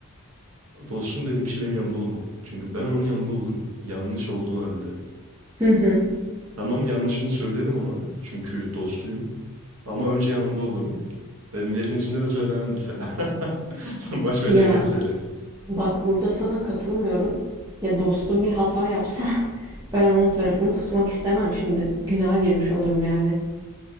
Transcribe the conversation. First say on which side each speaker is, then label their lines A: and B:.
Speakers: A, on the right; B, on the right.
A: dostum dediğim kişi benim yanımda olmalı. Çünkü ben onun yanında olurum. Yanlış olduğu halde.
B: Hı hı.
A: Tamam yanlışını söylerim ona. Çünkü dostuyum. Ama önce yanında olurum. Ve milletin içinde de söylemem mesela. <laughs> Baş başayken
B: Ya
A: söylerim.
B: Bak burada sana katılmıyorum. Ya dostum bir hata yapsa <laughs> ben onun tarafını tutmak istemem şimdi. Günaha girmiş olurum yani.